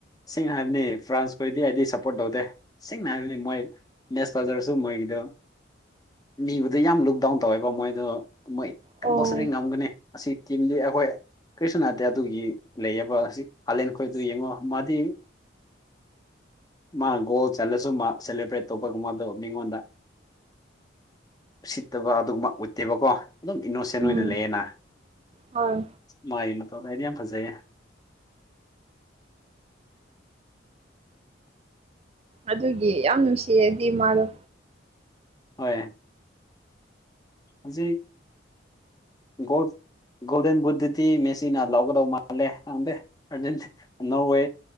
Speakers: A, on the left; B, on the right.
A: ꯁꯦꯡꯅꯥ ꯍꯥꯏꯕꯅꯤ ꯐ꯭ꯔꯥꯟꯁ ꯈꯣꯏꯗꯤ ꯑꯩꯗꯤ ꯁꯞꯄꯣꯔꯠ ꯇꯧꯗꯦ ꯁꯦꯡꯅꯥ ꯍꯥꯏꯕꯅꯤ ꯃꯣꯏ ꯃꯦꯁ ꯐꯖꯔꯁꯨ ꯃꯣꯏꯒꯤꯗꯣ ꯃꯤꯕꯨꯗꯤ ꯌꯥꯝ ꯂꯨꯛ ꯗꯥꯎꯟ ꯇꯧꯋꯦꯕꯥ ꯃꯣꯏꯗꯣ ꯃꯣꯏ ꯀꯝꯄꯜꯁꯥꯔꯤ
B: ꯑꯣ
A: ꯉꯝꯒꯅꯤ ꯑꯥꯁꯤ ꯇꯤꯝꯗꯤ ꯑꯩꯈꯣꯏ ꯀꯔꯤꯁꯨ ꯅꯠꯇꯦ ꯑꯗꯨꯒꯤ ꯂꯩꯌꯦꯕꯥ ꯍꯖꯤꯛ ꯍꯥꯂꯦꯟ ꯑꯩꯈꯣꯏ ꯑꯗꯨ ꯌꯦꯡꯉꯣ ꯃꯥꯗꯤ ꯃꯅꯥ ꯒꯣꯜ ꯆꯜꯂꯁꯨꯨ ꯃꯥ ꯁꯦꯂꯕ꯭ꯔꯦꯠ ꯇꯧꯕ ꯑꯗꯨ ꯃꯤꯉꯣꯟꯗ ꯎꯁꯤꯠꯇꯕ ꯑꯗꯨꯒꯨꯝꯕ ꯎꯠꯇꯦꯕꯀꯣ ꯑꯗꯨꯝ ꯏꯅꯣꯁꯦꯟ
B: ꯎꯝ
A: ꯑꯣꯏꯅ ꯂꯩꯌꯦꯅ
B: ꯍꯣꯏ
A: ꯃꯥꯒꯤ ꯇꯧꯗ ꯍꯥꯏꯗꯤ ꯌꯥꯝ ꯐꯖꯩꯌꯦ
B: ꯑꯗꯨꯒꯤ ꯌꯥꯝ ꯅꯨꯡꯁꯤꯌꯦꯗꯤ ꯃꯥꯗꯣ
A: ꯍꯣꯏ ꯍꯧꯖꯤꯛ ꯒꯣꯜ ꯒꯣꯜꯗꯦꯟ ꯕꯨꯠꯇꯗꯤ ꯃꯦꯁꯤꯅꯥ ꯂꯧꯒꯗꯧ ꯃꯥꯜꯂꯦ ꯈꯪꯗꯦ ꯑꯔꯖꯦꯇꯤ ꯅꯣꯔꯋꯦ